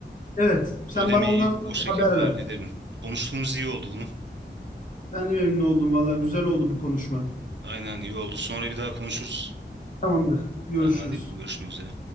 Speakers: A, on the left (about 45°); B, on the right (about 75°).
A: evet sen
B: ödemeyi
A: bana ondan sonra
B: o şekilde
A: bir haber
B: hallederim.
A: ver.
B: Konuştuğumuz iyi oldu bunu.
A: Ben de memnun oldum valla güzel oldu bu konuşma.
B: Aynen iyi oldu. Sonra bir daha konuşuruz.
A: Tamamdır görüşürüz.
B: Tamam hadi görüşmek üzere.